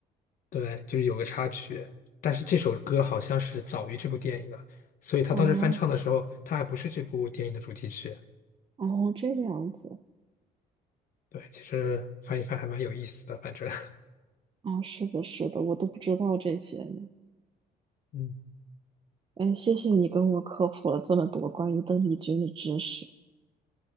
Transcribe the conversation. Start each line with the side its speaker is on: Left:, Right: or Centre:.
Left: 对，就是有个插曲，但是这首歌好像是早于这部电影的，所以他当时翻唱的时候，
Right: 哦
Left: 他还不是这部电影的主题曲。
Right: 哦，这个样子
Left: 对，其实翻一翻还蛮有意思的，反正，
Right: 啊，是的，是的，我都不知道这些呢。
Left: <laughs> 嗯
Right: 哎，谢谢你跟我科普了这么多关于邓丽君的知识。